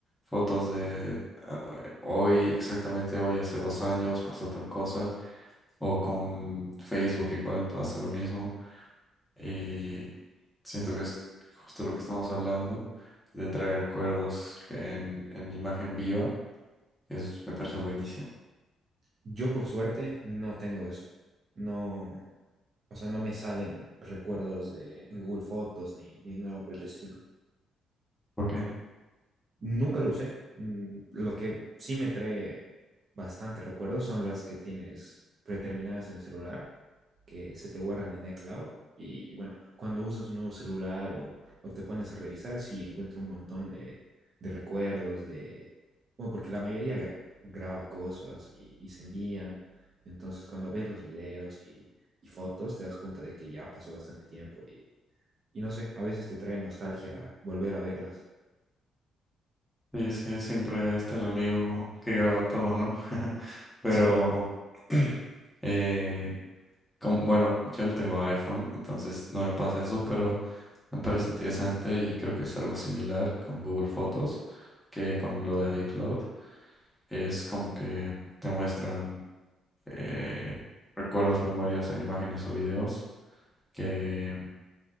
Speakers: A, in the centre; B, on the right.
A: fotos de ah, hoy, exactamente hoy, hace dos años pasó tal cosa, o con Facebook igual pasa lo mismo. Y Siento que es justo lo que estamos hablando, de traer recuerdos en, en imagen viva. Eso me parece buenísimo.
B: Yo por suerte no tengo eso, no, o sea, no me salen recuerdos de, en Google Fotos ni, ni nada por el estilo.
A: ¿Por qué?
B: Nunca lo usé. Mm, Lo que sí me trae bastante recuerdos son las que tienes predeterminadas en el celular, que se te guardan en iCloud. Y bueno, cuando usas un nuevo celular o, o te pones a revisar, sí encuentro un montón de, de recuerdos, de... Bueno, porque la mayoría gra- graba cosas y, y se envían. Entonces, cuando ves los videos y, y fotos, te das cuenta de que ya pasó bastante tiempo y, y no sé, a veces te trae nostalgia volver a verlas.
A: Sí, sí, siempre está el amigo que graba todo, ¿no? <laughs> Pero,
B: Sí,
A: <clears throat> eh, como- bueno, yo no tengo iPhone, entonces no me pasa eso, pero me parece interesante y creo que es algo similar con Google Fotos que con lo de iCloud. Es como que te muestran eh, recuerdos, memorias en imágenes o videos que